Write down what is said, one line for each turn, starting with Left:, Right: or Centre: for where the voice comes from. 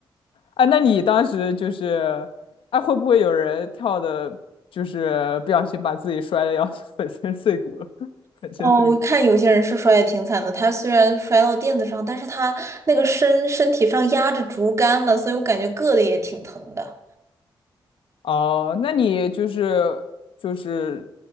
Left: 哎，那你当时就是，哎，会不会有人跳的，就是不小心把自己摔的要 <laughs> 粉身碎骨了？<laughs> 粉身碎骨。
Right: 哦，我看有些人是摔的挺惨的，他虽然摔到垫子上，但是他那个身身体上压着竹竿了，所以我感觉硌的也挺疼的。
Left: 哦，那你就是就是，